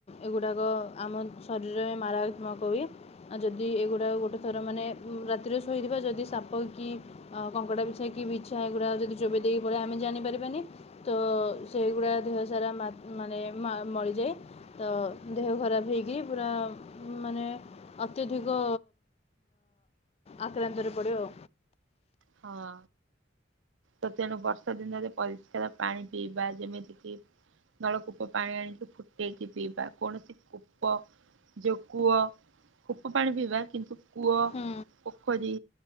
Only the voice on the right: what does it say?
ହଁ। ତ ତେଣୁ ବର୍ଷା ଦିନରେ ପରିଷ୍କାର ପାଣି ପିଇବା ଯେମିତି କିି ନଳକୂପ ପାଣି ଆଣିକି ଫୁଟେଇକି ପିଇବା କୌଣସି କୂପ ଯେଉ କୂଅ କୁପ ପାଣି ପିଇବା କିନ୍ତୁ କୂଅ
ପୋଖରୀ